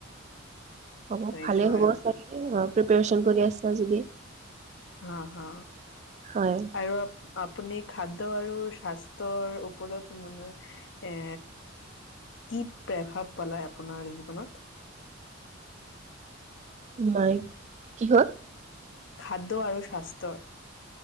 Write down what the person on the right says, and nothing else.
হ'ব
ভালে হ'ব
চাগে অ প্ৰিপাৰেচন কৰি আছা যদি।
হয়
নাই কিহত